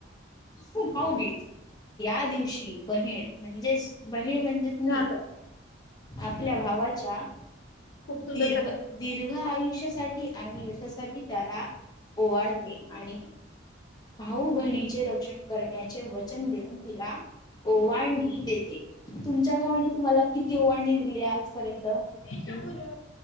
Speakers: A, on the left; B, on the left.
A: खू भाऊबीच या दिवशी बहीण म्हणजेच बहीण म्हणजे तुम्ही
B: झालं
A: आपल्या भावाच्या
B: खूप सुंदर
A: दीर्घ
B: सांग
A: दीर्घ आयुष्य आणि युषासाठी त्याला ओवाडते आणि भाऊ बहिणीचे रक्षण करण्याचे वचन देऊन तिला ओवळणी देते तुमच्या गवाने तुम्हाला किती ओवांणी दिली आजपर्यंत ह
B: च